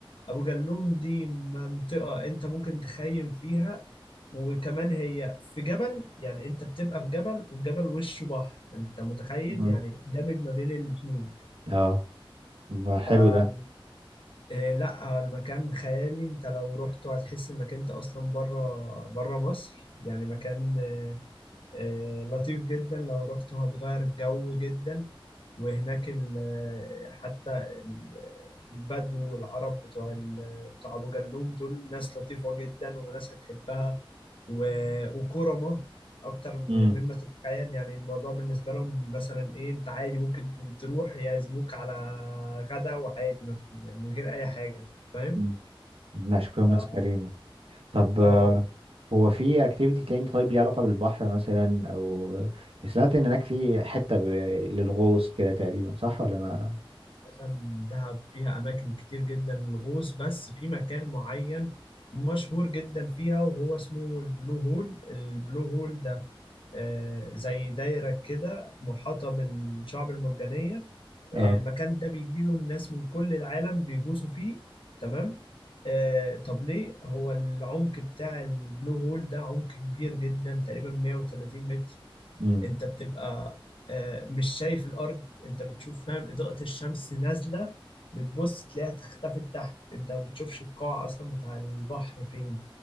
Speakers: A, on the left; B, on the right.
A: ابو جلوم دي منطقة انت ممكن تخيم فيها وكمان هي في جبل يعني انت بتبقى في جبل والجبل وشه بحر انت متخيل
B: مم.
A: يعني دمج ما بين الاتنين
B: اه يبقى حلو
A: ف آه،
B: ده
A: لا المكان خيالي انت لو رحت هتحس انك انت اصلا بره بره مصر يعني مكان آه، آه، لطيف جدا لو رحت هتغير الجو جدا وهناك ال- آه، حتى ال- آه، البدو والعرب بتوع ال- آه، بتوع أبو جلوم دول ناس لطيفة جدا وناس هتحبها و- وكرمة أكتر م-
B: مم.
A: مما تتخيل يعني الموضوع بالنسبة لهم مثلا إيه أنت عادي ممكن تروح يعزموك على غدا وعادي ما- يعني من غير أي حاجة فاهم؟
B: مم. لا شكلهم
A: ف-
B: ناس
A: اه
B: كريمة طب
A: اه
B: آه، هو في اكتيفيتي تاني طيب ليه علاقة بالبحر مثلا او سمعت ان هناك في حتة ب... للغوص كده تقريبا صح ولا انا
A: عشان دهب فيها أماكن كتير جدا للغوص بس في مكان معين مشهور جدا فيها وهو اسمه البلو هول البلو هول ده آه، زي دايرة كده محاطة بالشعب المرجانية
B: اه
A: آه، المكان ده بيجيله الناس من كل العالم بيغوصوا فيه تمام آه، طب ليه هو العمق بتاع البلو هول ده عمق كبير جدا تقريبا 130 متر
B: امم
A: انت بتبقى آه، مش شايف الارض انت بتشوف فاهم اضاءة الشمس نازلة بتبص تلاقيها اختفت تحت انت ما بتشوفش القاع اصلا بتاع البحر فين